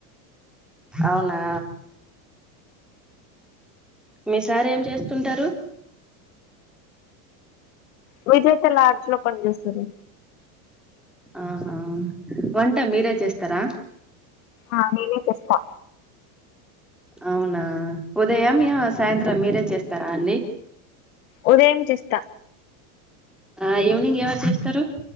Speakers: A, in the centre; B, on the left (about 65°).
A: అవునా మీ సారూ ఏం చేస్తుంటారు
B: విజేత లాడ్జి లో పని చేస్తారు
A: ఆహా వంట మీరే చేస్తారా
B: ఆ నేనే చేస్తా
A: అవునా ఉదయం మ సాయంత్రం మీరే చేస్తారా అండి
B: ఉదయం చేస్త
A: ఆ ఈవనింగ్ ఎవరు చేస్తారు